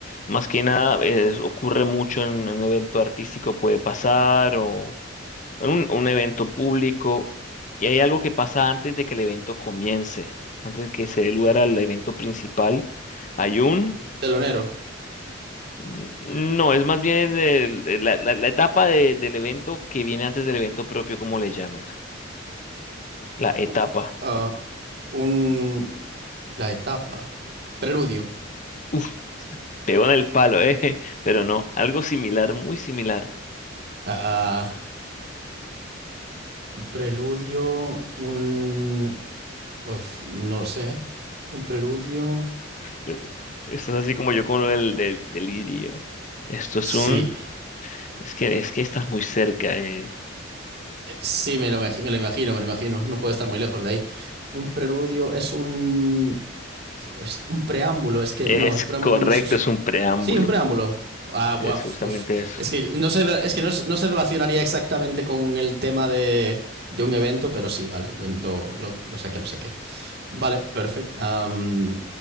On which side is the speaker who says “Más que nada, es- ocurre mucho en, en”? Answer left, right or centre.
Left